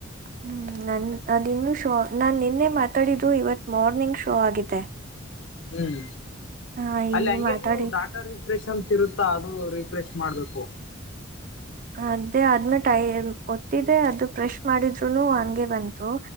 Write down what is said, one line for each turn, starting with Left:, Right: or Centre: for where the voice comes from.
Right: ಹ್ಮ್ ನನ್ ಅದು ಇನ್ನು ಶೋ ನಾನು ನಿನ್ನೆ ಮಾತಾಡಿದ್ದು ಇವತ್ತು ಮಾರ್ನಿಂಗ್ ಶೋ ಆಗಿದೆ
Left: ಹ್ಮ್
Right: ಹಾ
Left: ಅಲ್ಲಿ
Right: ಈಗ
Left: ಹಂಗೆ
Right: ಮಾತಾಡಿ
Left: ನೀವು ಡಾಟರ್ ರಿಫ್ರೆಶ್ ಅಂತ ಇರುತ್ತಾ ಅದು ರಿಫ್ರೆಶ್ ಮಾಡ್ಬೇಕು
Right: ಅದೇ ಅದ್ನ ಟೈ ಒತ್ತಿದೆ ಅದು ಫ್ರೆಶ್ ಮಾಡಿದ್ರುನು ಹಗೆ ಬಂತು